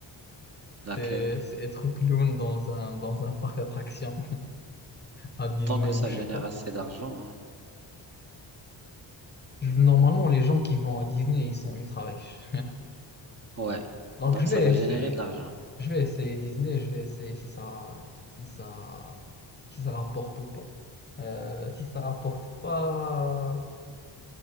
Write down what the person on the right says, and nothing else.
Laquelle?
Tant que
ça
génère
assez d'argent. hein.
Ouais,
donc
ça va
générer de l'argent.